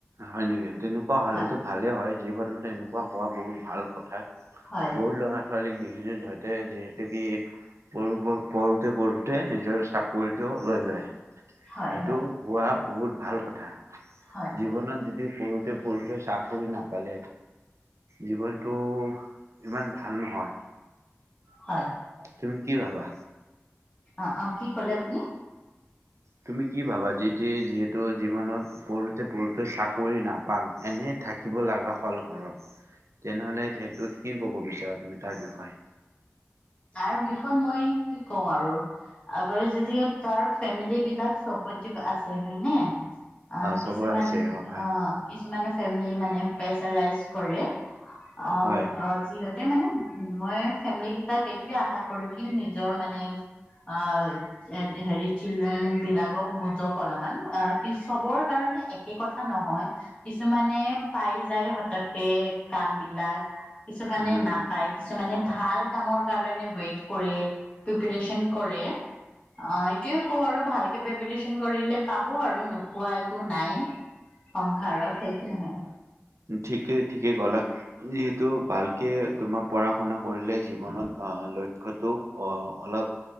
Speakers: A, on the right; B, on the left.
A: হয় নেকি তেনেকুৱা? পোৱা হ'লেটো
B: হয়
A: ভালে। হয় জীৱনত সেনেকুৱা হোৱা বহুত ভাল কথা।
B: হয়
A: বহুত ল'ৰা ছোৱালীক দি। যিজোন ঝতে যিহেতু কি প পঢ়োতে পঢ়োতে নিজৰ চাকৰিটো লৈ লয়।
B: হয়
A: সেইটো
B: হয়
A: হোৱা। বহুত ভাল কথা।
B: হয়
A: জীৱনত যদি পঢ়ো যদি পুৰুষে চাকৰি নাপালে জীৱনটো ইমান ভাল নহয়।
B: হয়।
A: তুমি কি ভাবা?
B: অ অ কি ক'লে আপুনি?
A: তুমি কি ভাবা যি টি যিহেতু জীৱনত পঢ়োতে পঢ়োতে চাকৰি নাপাল এনে থাকিব লগা হল ঘৰত, তেনেহলে সেইটোত কি কব বিচাৰা। তাৰ বিষয়
B: তাৰ বিষয়ে মই কি কওঁ আৰু আগৰ যদি তাৰ ফেমিলী বিলাক চপৰ্টিভ আছে হয় নে। অ কিছুমান
A: চবৰ আছে হয়
B: অ কিছুমানৰ চাইমেনি মানে প্ৰেছাৰাইছ কৰে। অম
A: হয়
B: অ যিহেত মানে মই ফেমিলি গি- তাক সেইটয়ে আশা কৰি কি নিজৰ মানে আহ হেৰি চিল্ড্ৰেন বিলাকক বুজক অলপমান আহ কি চবৰ কাৰণে একে কথা নহয় কিছুমানে পাই যায় হতকে কাম বিলাক। কিছুমানে
A: উম
B: নাপায় কিছুমানে ভাল কামৰ কাৰণে ৱেট কৰে, প্ৰিপেচন কৰে, এইটোৱে কও আৰু ভালকে প্ৰিপেচন কৰিলে পাব আৰু ন- কোৱা একো নাই। সংসাৰত হয় কি নহয়?
A: ঠিকেই ঠিকেই কলা। যিহেতু ভালকে তোমাৰ পঢ়া শুনা কৰিলে জীৱনত লৈ লক্ষ্যটো অ অলপ